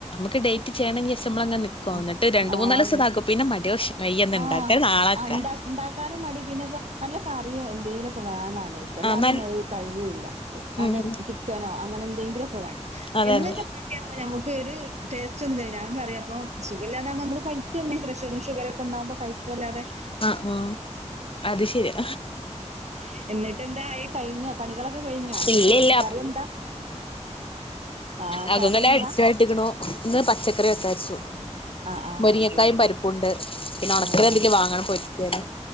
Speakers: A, on the left; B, on the right.
A: ക്ക് ഡേറ്റ് ചെയ്യണെങ്കി ദിവസം നമ്മൾങ്ങന നിക്കു
B: ആഹ്
A: ന്നിട്ട് രണ്ട് മൂന്നാല് ദിവസം
B: അതെ
A: ഇതാക്കും പിന്നെ മടി പിടിച്ചും വയ്യന്ന് ഇണ്ടാക്കാൻ
B: ആഹ്
A: നാളെക്കാ
B: ആ ഇണ്ട ഇണ്ടാക്കാനും മടി പിന്നെപ്പോ നല്ല കറിയോ എന്തേലുവൊക്കെ വേണം ഇടയ്ക്ക് അല്ലാതൊന്നും
A: ആഹ് ന
B: കഴിയൂല്ല നല്ല
A: ഉം ഉം
B: ചിക്കനോ അ അങ്ങനെ എന്തെങ്കിലുവൊക്കെ വേണം
A: അതെ
B: എന്നും
A: അതെ
B: ചപ്പാത്തിയാവുമ്പോ നമ്മു ക്കൊര് ടേസ്റ്റ് <unintelligible> ഞാൻ പറയും അപ്പം സുഖല്ല്യാതാവുമ്പോ നമ്മള് കൈഴിക്കുന്നെ പ്രഷറും ഷുഗറൊ ഇണ്ടാവുമ്പോ കൈക്കുവല്ലാതെ.
A: ആ. ആഹ് അത് ശെരിയാ.
B: ഹ് എന്നി ട്ട് എന്തായി കഴിഞ്ഞോ പണികളൊക്കെ കഴിഞ്ഞോ
A: ഇല്ല
B: പ്
A: ഇല്ല
B: കറി എന്താ? ആഹ്
A: അതൊന്നുവല്ല
B: കറി എന്താ
A: അടിച്ചുവായിട്ടേക്കണു ഇന്ന് പച്ചക്കറി വക്കാരിച്ചു.
B: ആഹ് ആഹ്
A: മുരിങ്ങക്കായും
B: അത് ശരി
A: പരിപ്പുംണ്ട് പിന്നെ ഒണക്കല
B: ആഹ്
A: എന്തെങ്കിലും
B: ആഹ്
A: വാങ്ങണം പൊരിക്കാന്.